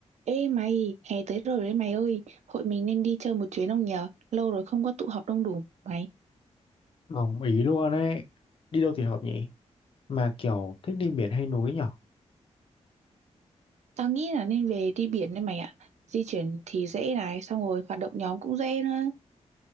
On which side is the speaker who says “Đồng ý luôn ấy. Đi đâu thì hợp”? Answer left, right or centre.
Left